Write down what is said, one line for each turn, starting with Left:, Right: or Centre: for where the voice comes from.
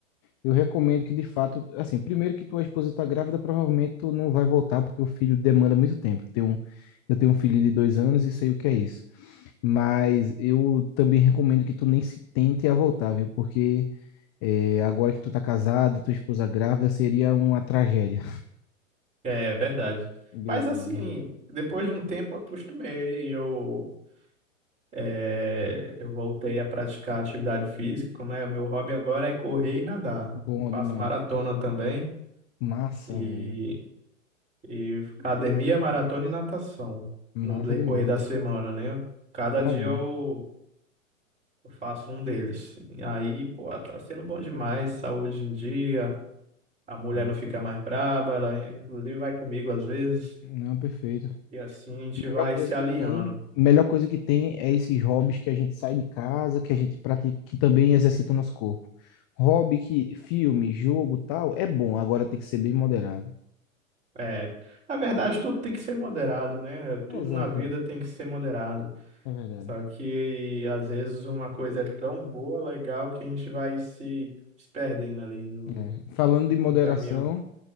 Left: eu recomendo que, de fato, assim, primeiro que tua esposa tá grávida, provavelmente tu não vai voltar, porque o filho demanda muito tempo. Eu tenho um, eu tenho um filho de dois anos e sei o que é isso. Mas eu também recomendo que tu nem se tente a voltar, viu? Porque É, agora que tu tá casado, tua esposa grávida, seria uma tragédia.
Right: É verdade.
Left: Beleza.
Right: Mas, assim, depois de um tempo eu acostumei. Eu, é, eu voltei a praticar atividade física. Como é, o meu hobby agora é correr e nadar.
Left: Bom
Right: Eu faço
Left: demais.
Right: maratona também.
Left: Massa,
Right: e
Left: velho.
Right: E academia, maratona e natação
Left: Massa
Right: no decorrer
Left: demais,
Right: da
Left: velho.
Right: semana, né? Cada
Left: Parabéns.
Right: dia eu eu faço um deles. E aí, pô, tá sendo bom demais, saúde em dia, a mulher
Left: É.
Right: não fica mais braba, ela inclusive vai comigo às vezes,
Left: Não, perfeito.
Right: e assim a gente
Left: Melhor
Right: vai
Left: coisa
Right: se alinhando.
Left: que tem, melhor coisa que tem é esses hobbies que a gente sai de casa, que a gente pratica, que também exercita o nosso corpo. Hobby que filme, jogo, tal, é bom, agora tem que ser bem moderado.
Right: É, na verdade, tudo tem que ser moderado, né? Tudo
Left: É, Exato,
Right: na vida
Left: é,
Right: tem que ser moderado.
Left: é verdade.
Right: Só que às vezes uma coisa é tão boa, legal, que a gente vai se, se perdendo ali no,
Left: É.
Right: no
Left: Falando de moderação,
Right: no caminho.